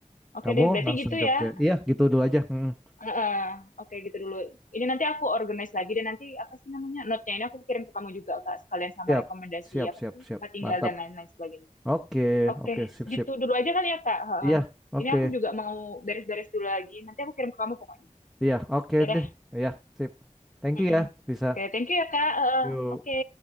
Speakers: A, on the left (about 80°); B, in the centre.
A: Oke
B: Kamu
A: deh, berarti
B: langsung
A: gitu ya.
B: Jogja. Iya, gitu dulu aja. mm-mm.
A: Heeh, oke gitu dulu. Ini nanti aku organize lagi dan nanti apa sih namanya? Note-nya ini aku kirim ke kamu juga Kak, sekalian sama
B: Siap,
A: rekomendasi
B: siap,
A: apa
B: siap,
A: tadi?
B: siap.
A: Tempat tinggal
B: Mantap.
A: dan lain-lain sebagainya.
B: Oke,
A: Oke,
B: oke, sip,
A: gitu
B: sip.
A: dulu aja kali ya Kak. Heeh.
B: Iya, oke.
A: Ini aku juga mau beres-beres dulu lagi. Nanti aku kirim ke kamu pokoknya.
B: Iya, oke
A: Oke deh.
B: deh. Iya, sip. Thank
A: Mm-mm.
B: you ya, bisa.
A: Oke, thank you ya Kak. Heeh,
B: Yuk.
A: Oke.